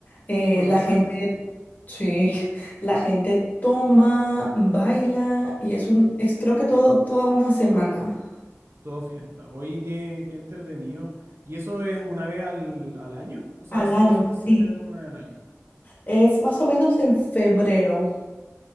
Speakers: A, on the left (about 35°); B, on the right (about 55°).
A: Eh,
B: Con los
A: la
B: trajes,
A: gente, sí, <laughs> la gente toma, baila y es un, es creo que todo, toda una semana
B: todo fiesta. Oye, qué, qué entretenido. ¿Y eso es una vez al, al año? O sea,
A: al
B: solamente
A: año,
B: se
A: sí.
B: celebra una vez al año.
A: Es más o menos en febrero.